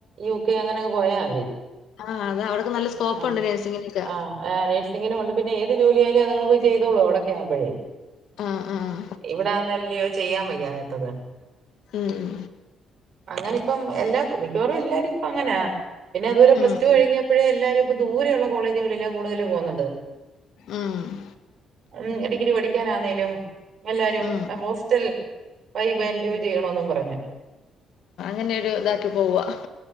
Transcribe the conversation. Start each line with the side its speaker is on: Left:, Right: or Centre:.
Right: യുകെ അങ്ങനെങ്ങ് പോയാൽ മതി.
Left: ആഹ് അത് അവിടൊക്ക നല്ല സ്കോപ്പുണ്ട്
Right: ആഹ്
Left: നേഴ്സിങ്ങിനൊക്കെ.
Right: ആഹ് ആഹ് നേഴ്സിങ്ങിനോണ്ട്. പിന്നെ ഏത് ജോലിയായാലും അതിങ്ങൾ പോയി ചെയ്തോളൂ അവിടൊക്ക ആകുമ്പഴേ.
Left: ആഹ് ആഹ്
Right: ഇവിടാന്നല്ലയോ ചെയ്യാൻ വയ്യാത്തത്.
Left: ഉം
Right: അങ്ങനെ ഇപ്പം എല്ലാ മിക്കവാറും എല്ലാരും ഇപ്പ അങ്ങനാ പിന്നെ അതുപോലെ പ്ലസ്ടു
Left: ഉം
Right: കഴിഞ്ഞ
Left: ഉം
Right: ഇപ്പോഴേ എല്ലാരും ദൂരെയുള്ള കോളേജുകളിലാ കൂടുതൽ പോകുന്നത്.
Left: ഉം
Right: ഉം ഡിഗ്രി പഠിക്കാനാന്നേലും. എല്ലാരും
Left: ഉം
Right: ഹോസ്റ്റൽ വൈബ് എൻജോയ് ചെയ്യണോന്നും മ്പറഞ്ഞ്.
Left: അങ്ങനൊരു ഇതാക്കി പോവാ.